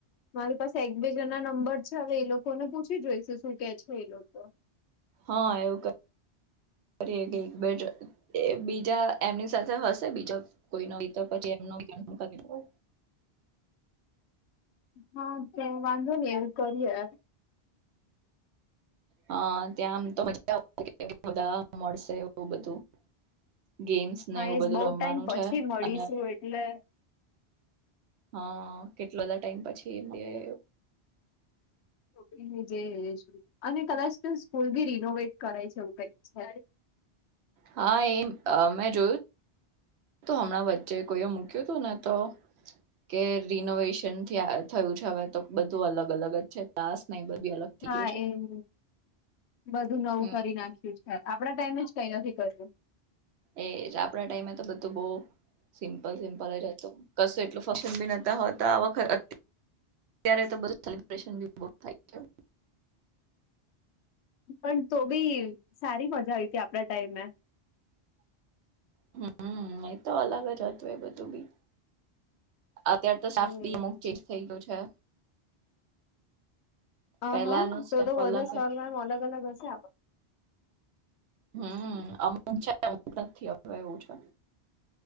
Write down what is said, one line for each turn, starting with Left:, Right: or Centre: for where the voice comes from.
Left: મારી પાસે એક બે જનના નંબર છે હવે એ લોકોને પૂછી જોઈશું શું કે છે એ લોકો
Right: હ એવું કરીએ બેજા બીજા એમની સાથે હશે બીજો કોઈનો બીતો પછી એમનું કરીશું.
Left: હા તો વાંધો નઈ એવું કરીએ.
Right: હા ત્યાં આમ તો મજા આવતી હશે બધા મળશે એવું બધું ગેમ્સને
Left: હા
Right: એવું
Left: એ
Right: બધું
Left: બહુ
Right: રમવાનું
Left: ટાઈમ પછી
Right: છે
Left: મળીશું
Right: અને
Left: એટલે
Right: હઅ કેટલો બધા ટાઈમ પછી મળીએ
Left: જે <inaudible> અને કદાચ તો સ્કૂલ બી રિનોવેટ કરાય છે એવું કઈક છે.
Right: હા એમ મેં જોયું તો હમણાં વ ચ્ચે કોઈએ મૂક્યું તું ને તો કે રિનોવેશન થીયા થયું છે હવે તો બધ ધુ અલગ અલગ જ છે તાસ નહી બધી અલગ થઈ
Left: હા
Right: ગયું છે
Left: એ જ બધું નવું
Right: હમ
Left: કરી નાખ ઠીક છે આપડા ટાઈમે જ કઈ નથી કર્યુ.
Right: એજ આપડા ટાઈમ એતો બધું બોવ સિમ્પલ સિમ્પલ જ હતો કશું એટલું ફક્શન બી નતા હોતા આ વખત અત્ ત્યારે તો બધું સેલિબ્રેશન બી બહુ થાય ગ્યું.
Left: પણ તો બી સારી મજા આઈતી આપડા ટાઈમમાં
Right: હમ્મ હમ્મ એ તો અલગ જ હતું એ બધું બી આ અત્યારે તો
Left: હમ
Right: સાફ બી અમુક ચેન્જ થઈ ગ્યો છે.
Left: હા
Right: પેલાનો
Left: હા
Right: સ્ટાફ
Left: તો તો બધા
Right: અલગ
Left: સરના
Right: હતો
Left: અલગ અલગ હશે આપ
Right: હમ્મ અમુક છે અમુક નથી હવે એવું છે.